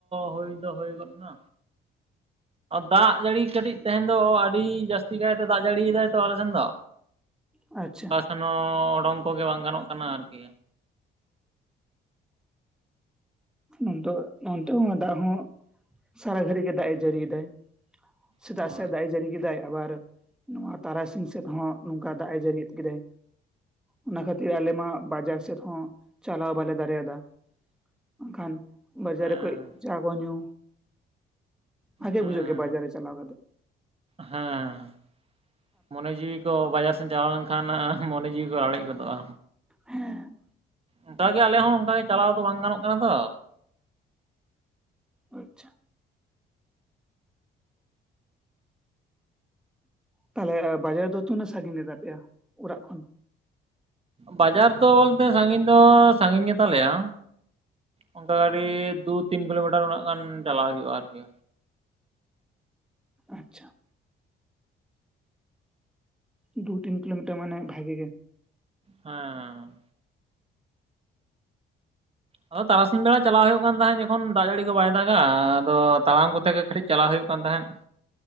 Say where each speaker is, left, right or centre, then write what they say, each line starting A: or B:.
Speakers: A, on the right; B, in the centre.
A: ᱦᱩᱭ ᱫᱚ ᱦᱩᱭ ᱜᱚᱫ ᱱᱟ᱾ ᱫᱟᱜ ᱡᱟᱹᱲᱤ ᱠᱟᱹᱴᱤᱡ ᱛᱮᱦᱮᱱ ᱫᱚ ᱟᱹᱰᱤ ᱡᱟᱹᱥᱛᱤ ᱠᱟᱭᱛᱮ ᱫᱟᱜ ᱡᱟᱹᱲᱤᱭᱮᱫᱟᱭ ᱛᱚ ᱟᱞᱮ ᱥᱮᱱ ᱫᱚ᱾
B: ᱟᱪᱪᱷᱟ᱾
A: ᱮᱱ ᱦᱚᱻ, ᱚᱸᱰᱚᱝ ᱠᱚᱜᱮ ᱵᱟᱝ ᱜᱟᱱᱚᱜ ᱠᱟᱱᱟ, ᱟᱨᱠᱤ᱾
B: ᱟᱫᱚ, ᱱᱚᱱᱛᱮ ᱦᱚᱸ ᱫᱟᱜ ᱦᱚᱸ ᱥᱟᱨᱟ ᱜᱷᱟᱹᱲᱤᱡ ᱜᱮ ᱫᱟᱜ ᱮ ᱡᱟᱹᱲᱤᱭ ᱮᱫᱟᱭ᱾ ᱥᱮᱛᱟᱜ
A: ᱦᱮᱸ
B: ᱥᱮ ᱫᱟᱜ ᱮ ᱡᱟᱹᱲᱤ ᱠᱮᱫᱟᱭ᱾ ᱟᱵᱟᱨ ᱱᱚᱣᱟ ᱛᱟᱨᱟᱥᱤᱧ ᱥᱮᱫ ᱦᱚᱸ ᱱᱚᱝᱠᱟ ᱫᱟᱜ ᱮ ᱡᱟᱹᱲᱤ ᱠᱮᱫᱼᱟᱭ᱾ ᱚᱱᱟ ᱠᱷᱟᱹᱛᱤᱨ ᱟᱞᱮ ᱢᱟ ᱵᱟᱡᱟᱨ ᱥᱮᱫ ᱦᱚᱸ ᱪᱟᱞᱟᱣ ᱵᱟᱞᱮ ᱫᱟᱲᱮᱭᱟᱫᱟ᱾ ᱵᱟᱠᱷᱟᱱ, ᱵᱟᱡᱟᱨ
A: ᱦᱮᱸ
B: ᱨᱮᱠᱚᱡ ᱪᱟ ᱠᱚ ᱧᱩ᱾ ᱵᱷᱟᱜᱮ
A: ᱦᱮᱸ
B: ᱵᱩᱡᱷᱟᱹᱜ ᱜᱮᱭᱟ ᱵᱟᱡᱟᱨ ᱨᱮ ᱪᱟᱞᱟᱣ ᱠᱟᱛᱮ
A: ᱦᱮᱸ, ᱢᱚᱱᱮ ᱡᱤᱣᱤ ᱛᱚ ᱵᱟᱡᱟᱨ ᱥᱮᱱ ᱪᱟᱞᱟᱣ ᱞᱮᱱᱠᱷᱟᱱ ᱦᱟᱸᱜ ᱢᱚᱱᱮ ᱡᱤᱣᱤ ᱠᱚ ᱞᱟᱲᱮᱡ ᱜᱚᱫᱚᱜᱼᱟ᱾
B: ᱦᱮᱸ᱾
A: ᱚᱱᱠᱟ ᱜᱮ ᱟᱞᱮ ᱦᱚᱸ ᱚᱱᱠᱟ ᱜᱮ ᱪᱟᱞᱟᱣ ᱫᱚ ᱵᱟᱝ ᱜᱟᱱᱚᱜ ᱠᱟᱱᱟ ᱛᱚ᱾
B: ᱟᱪᱪᱷᱟ᱾ ᱛᱟᱦᱞᱮ ᱵᱟᱡᱟᱨ ᱫᱚ ᱛᱤᱱᱟᱹᱜ ᱥᱟᱺᱜᱤᱧ ᱨᱮ ᱛᱟᱯᱮᱭᱟ ᱚᱲᱟᱜ ᱠᱷᱚᱱ?
A: ᱵᱟᱡᱟᱨ ᱫᱚ ᱵᱚᱞᱛᱮ ᱥᱟᱺᱜᱤᱧ ᱫᱚ ᱥᱟᱺᱜᱤᱧ ᱜᱮ ᱛᱟᱞᱮᱭᱟ᱾ ᱚᱝᱠᱟ ᱠᱟᱴᱤᱫ ᱫᱩ ᱛᱤᱱ ᱠᱤᱞᱳᱢᱤᱴᱟᱨ ᱚᱱᱟᱜ ᱜᱟᱱ ᱪᱟᱞᱟᱣ ᱦᱩᱭᱩᱜᱼᱟ ᱟᱨᱠᱤ᱾
B: ᱟᱪᱪᱷᱟ᱾ ᱫᱩ ᱛᱤᱱ ᱠᱤᱞᱳᱢᱤᱴᱟᱨ ᱢᱟᱱᱮ ᱵᱷᱟᱜᱤ ᱜᱮ᱾
A: ᱦᱮᱸᱻ᱾ ᱟᱫᱚ ᱛᱟᱨᱟᱥᱤᱧ ᱵᱮᱲᱟ ᱪᱟᱞᱟᱜ ᱦᱩᱭᱩᱜ ᱠᱟᱱ ᱛᱟᱦᱮᱸᱫ ᱡᱚᱠᱷᱚᱱ ᱫᱟᱜ ᱡᱟᱹᱲᱤ ᱠᱚ ᱵᱟᱭ ᱫᱟᱜᱼᱟ᱾ ᱟᱫᱚ ᱛᱟᱲᱟᱢ ᱠᱚᱛᱮ ᱜᱮ ᱠᱟᱹᱴᱤᱡ ᱪᱟᱞᱟᱜ ᱦᱩᱭᱩᱜ ᱠᱟᱱ ᱛᱟᱦᱮᱸᱫ᱾